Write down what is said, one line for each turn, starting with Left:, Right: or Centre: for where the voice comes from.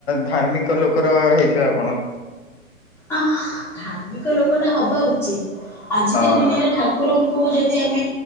Left: ଧାର୍ମିକ ଲୋକର ହେଇଥିବ ଆପଣ?
Centre: ଆ ଧାର୍ମିକ ଲୋକ ଟା ହବା ଉଚିତ୍ ଆଜିକା
Left: ହଁ।
Centre: ଦୁନିଆରେ ଠାକୁରଙ୍କୁ ଯଦି ଆମେ